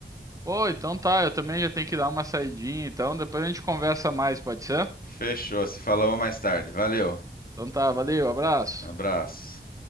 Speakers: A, on the right; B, on the left.
A: Pô, então tá, eu também já tenho que dar uma saidinha, então depois a gente conversa mais, pode ser?
B: Fechou. Se falamos mais tarde. Valeu.
A: Então tá, valeu, abraço.
B: Abraço.